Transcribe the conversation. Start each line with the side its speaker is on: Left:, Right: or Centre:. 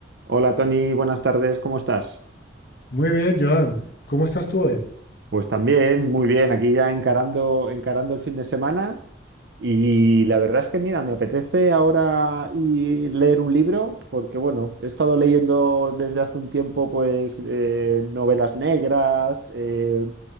Right: Hola Tony, buenas tardes, ¿cómo estás?
Left: Muy bien, Joan. ¿Cómo estás tú hoy?
Right: Pues también, muy bien, aquí ya encarando, encarando el fin de semana y la verdad es que mira, me apetece ahora y leer un libro porque bueno, he estado leyendo desde hace un tiempo pues eh, novelas negras, eh,